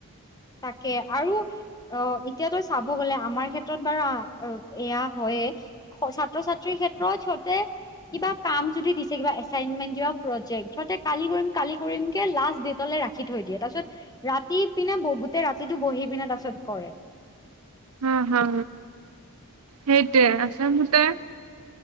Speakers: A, on the left; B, on the right.
A: তাকে আৰু অ' এতিয়া তই চাব গলে আমাৰ ক্ষেত্ৰত বাৰু আ-ও এয়া হয়য়ে স ছাত্ৰ-ছাত্ৰীৰ ক্ষেত্ৰত সিহঁতে কিবা কাম যদি দিছে কিবা এছাইনমেণ্ট, কিবা প্ৰজেক্ট সিহঁতে কালি কৰিম, কালি কৰিম কে লাষ্ট দেত তলে ৰাখি থৈ দিয়ে। তাৰপিছত ৰাতি ইপিনে ব গোটেই ৰাতিটো বহি পিনে তাৰ পিছত কৰে।
B: হা' হা' সেইটোৱে। আচলতে